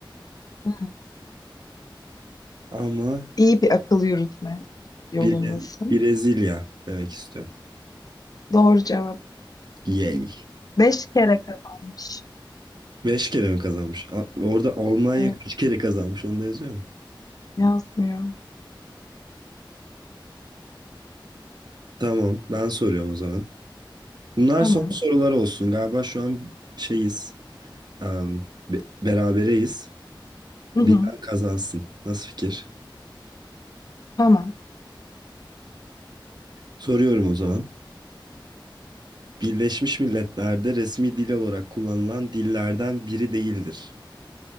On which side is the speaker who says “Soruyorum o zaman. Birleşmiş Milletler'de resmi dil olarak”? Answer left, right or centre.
Right